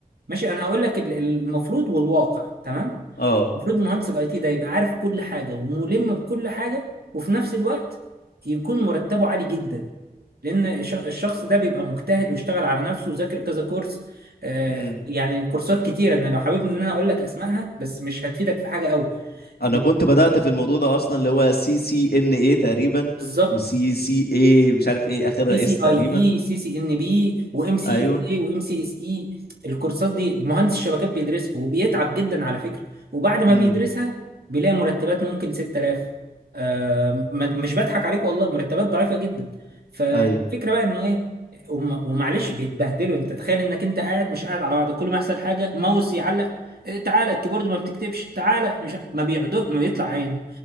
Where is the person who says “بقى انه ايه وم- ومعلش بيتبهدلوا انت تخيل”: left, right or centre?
Right